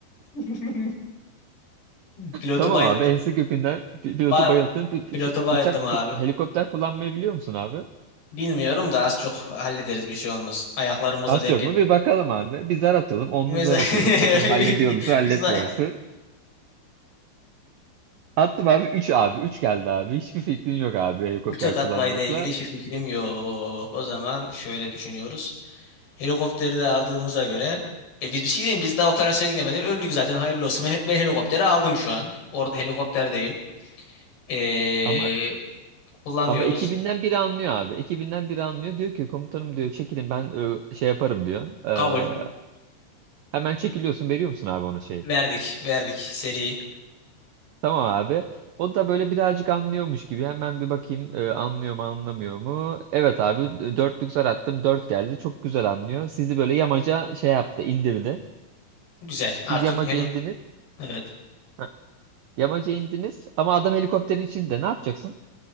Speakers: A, on the left (about 65°); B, on the right (about 85°).
A: <laughs> Pilotu
B: Tamam
A: bayılttım.
B: abi ense kökünden pi- pilotu
A: Ba
B: bayılttın. Pi- pi-
A: pilotu
B: şey,
A: bayılttım
B: uçak
A: abi.
B: pi- helikopter kullanmayı biliyor musun abi?
A: Bilmiyorum da az çok hallederiz bir şey olmaz. Ayaklarımızla
B: Az
A: denge.
B: çok mu? Bir bakalım abi. Bir zar atalım. Onluk
A: <laughs>
B: zar atıyoruz. Bakalım
A: Biz,
B: hallediyor musun halletmiyor
A: biz de...
B: musun? Attım abi 3 abi. üç geldi abi. Hiçbir fikrin yok abi helikopter
A: Uçak atmayla
B: kullanmakla.
A: ilgili hiçbir fikrim yok. O zaman şöyle düşünüyoruz. Helikopteri de aldığımıza göre e biz bir şey diyeyim biz daha operasyona gidemedik. Öldük zaten hayırlı olsun. Ben, ben helikopteri aldım şu an. Orada helikopterdeyim. Ee,
B: Ama
A: kullanıyoruz.
B: ama ekibinden biri anlıyor abi. Ekibinden biri anlıyor. Diyor ki komutanım diyor çekilin ben e, şey yaparım diyor. Ee,
A: Kabul.
B: hemen çekiliyorsun veriyor musun abi ona şeyi?
A: Verdik. Verdik. Seri.
B: Tamam abi. O da böyle birazcık anlıyormuş gibi. Hemen bir bakayım e, anlıyor mu anlamıyor mu? Evet abi d- dörtlük zar attım. Dört geldi. Çok güzel anlıyor. Sizi böyle yamaca şey yaptı indirdi.
A: Güzel. Artık
B: Siz yamaca
A: heli...
B: indiniz.
A: Evet.
B: Ha, yamaca indiniz ama adam helikopterin içinde. Ne yapacaksın?